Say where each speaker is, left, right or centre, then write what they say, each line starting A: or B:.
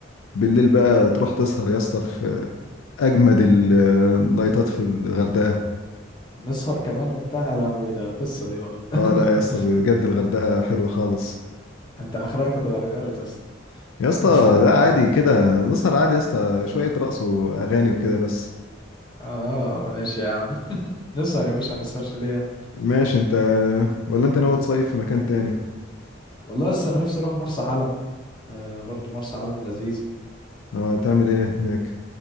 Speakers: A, on the left; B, on the left.
A: بالليل بقى
B: مم.
A: تروح تسهر يا اسطى في اجمد النايتات في الغردقه
B: نسهر كمان وبتاع يا لهوي ده قصه دي بقى <laughs>
A: اه لا يا اسطى بجد الغردقه حلوه خالص
B: انت اخرك اتغيرت يا اسطى
A: يا اسطى
B: <laughs>
A: لا عادي كده نسهر عادي يا اسطى شويه رقص واغاني وكده بس
B: اه ماشي يا عم نسهر يا باشا ما نسهرش ليه
A: ماشي انت ولا انت ناوي تصيف في مكان تاني
B: والله لسه انا نفسي اروح مرسى علم آه برضو مرسى علم لذيذة
A: اه تعمل ايه هناك